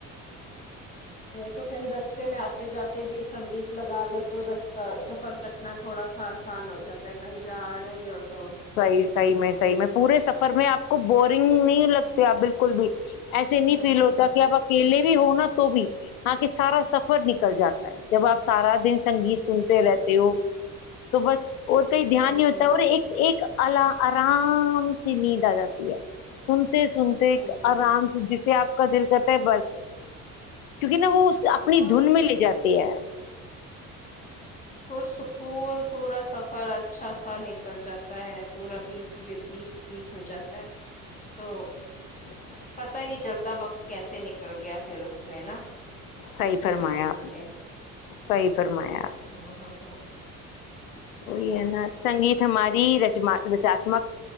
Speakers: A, on the left; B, on the left.
A: تو کئی رستے ستے میں آتے جاتے بھی سنگیت لگا لو تو رستہ سفر کٹنا تھوڑا سا آسان ہو جاتا ہے کہیں جا رہے ہو تو
B: صحیح صحیح میں صحیح میں پورے سفر میں آپ کو بورنگ نہیں لگتے آپ بالکل بھی ایسے نہیں
A: ہاں
B: فیل
A: ہاں
B: ہوتا کہ آپ اکیلے ہونا تو بھی آکے سارا سفر نکل جاتا ہے جب آپ سارا دن سنگیت سنتے رہتے ہو تو بس اور کہیں دھیان
A: ہاں
B: نہیں ہوتا
A: جی
B: اور ایک ایک اعلی آرام کی نیند آ جاتی ہے سن سنتے سنتے ایک
A: ہاں جی
B: آرام سے جیسے آپ کا دل کرتا ہے بس کیونکہ نا وہ اپنی
A: اور
B: دھن میں لے جاتی تی ہے
A: پرسکون پورا سفر اچھا نکل جاتا ہے پورا بھیت وتیت بیت ہو جاتا ہے تو
B: ہ <unintelligible>
A: پتا ہی نہیں چلتا وقت کیسے نکل گیا پھر اس میں نا
B: صحیح
A: اچھے
B: فرمایا
A: سنگیت میں
B: صحیح فرمایا
A: ہاں ہاں ہاں
B: وہی ہے نا سنگیت ہماری ر رچامک